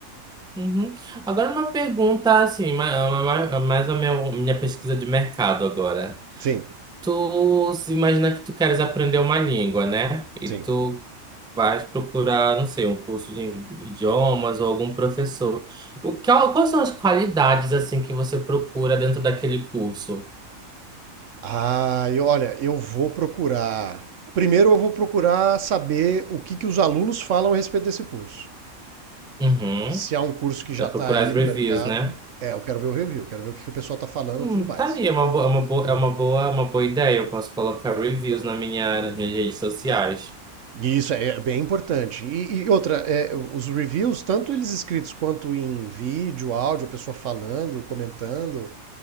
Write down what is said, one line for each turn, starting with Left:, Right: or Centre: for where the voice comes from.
Centre: Uhum. Agora uma pergunta, assim, ma- ma- ma- mais a meu- minha pesquisa de mercado agora.
Right: Sim,
Centre: Tu se imagina que tu queres aprender uma língua, né? E
Right: sim.
Centre: tu vais procurar, não sei, um curso de idiomas ou algum professor. O que, quais são as qualidades assim que você procura dentro daquele curso?
Right: Ah, e olha, eu vou procurar. Primeiro eu vou procurar saber o que que os alunos falam a respeito desse curso.
Centre: Uhum.
Right: se há um curso que já
Centre: É procurar
Right: está aí
Centre: as reviews,
Right: no mercado,
Centre: né?
Right: é, eu quero ver o review, quero ver o que o pessoal está falando
Centre: Hum,
Right: e tudo mais.
Centre: tá aí, é uma boa, é uma boa, é uma boa, é uma boa ideia. Eu posso colocar reviews na minha, nas minhas redes sociais.
Right: E isso é é bem importante. E, e outra, é, os reviews, tanto eles escritos quanto em vídeo, áudio, a pessoa falando, comentando,